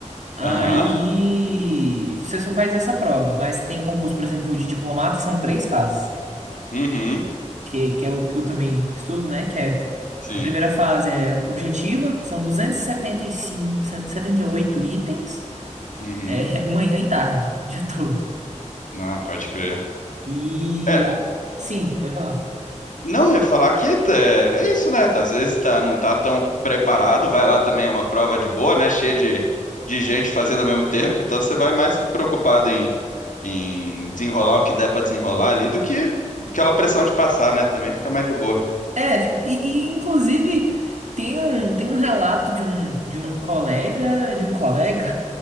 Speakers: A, on the right; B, on the left.
A: Aí
B: Aham.
A: você só faz essa prova, mas tem concurso, por exemplo, de diplomata, são três fases,
B: Uhum.
A: que, que é o que eu também estudo, né? Que é
B: Sim.
A: a primeira fase é objetiva, são duzentos setenta setenta e cinco setenta e oito itens,
B: Uhum.
A: é, <laughs> manhã e tarde, o dia todo.
B: Não, pode crer.
A: E
B: É,
A: a- sim, pode falar.
B: Não, eu ia falar que é, é isso, né? Às vezes tá, não tá tão preparado, vai lá também, é uma prova de boa, né? Cheia de, de gente fazendo ao mesmo tempo, então você vai mais preocupado em, em desenrolar o que der pra desenrolar ali do que aquela pressão de passar, né? Também fica mais de boa.
A: É, fica- e, e, inclusive tem um, tem um relato de um, de um colega, de um colega,